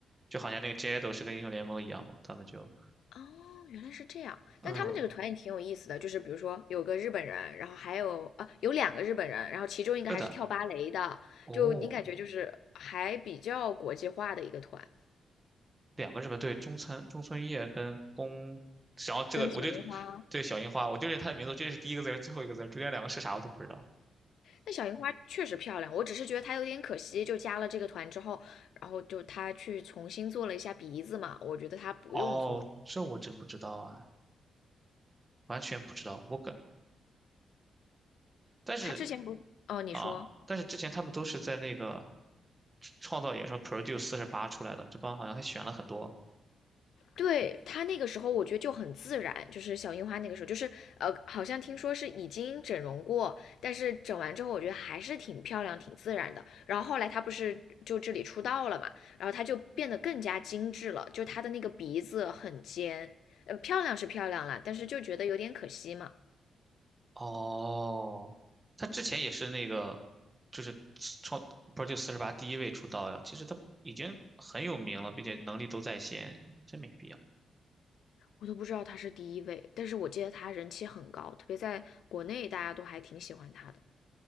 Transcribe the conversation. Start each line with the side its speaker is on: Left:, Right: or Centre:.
Right: 就好像那个 j a d o 是跟英雄联盟一样嘛，他们就
Left: 哦，原来是这样。
Right: 嗯，
Left: 但他们这个团也挺有意思的，就是比如说有个日本人，然后还有啊有两个日本人，然后其中一个还是跳芭蕾的，
Right: 对的，哦，
Left: 就你感觉就是还比较国际化的一个团。
Right: 两个是吧？对中村中村叶跟宫，然后这个我就
Left: 跟小樱花，
Right: 对小樱花，我就认他的名字，这是第一个字儿，最后一个字儿，中间两个是啥我都不知道。
Left: 那小樱花确实漂亮，我只是觉得她有点可惜，就加了这个团之后，然后就她去重新做了一下鼻子嘛，我觉得她不用做，
Right: 哦，
Left: 她
Right: 这我真不知道啊，完全不知道。我感，但是
Left: 她之前不是哦，你说。
Right: 啊，但是之前他们都是在那个创造野什么 Produce 四十八出来的，这帮好像还选了很多。
Left: 对，她那个时候，我觉得就很自然，就是小樱花那个时候，就是呃，好像听说是已经整容过，但是整完之后，我觉得还是挺漂亮、挺自然的。然后后来她不是就这里出道了嘛，然后她就变得更加精致了，就她的那个鼻子很尖，呃，漂亮是漂亮了，但是就觉得有点可惜嘛。
Right: 哦，他之前也是那个，就是创 Produce 四十八第一位出道呀。其实他已经很有名了，并且能力都在线，真没必要。
Left: 我都不知道她是第一位，但是我记得她人气很高，特别在国内大家都还挺喜欢她的。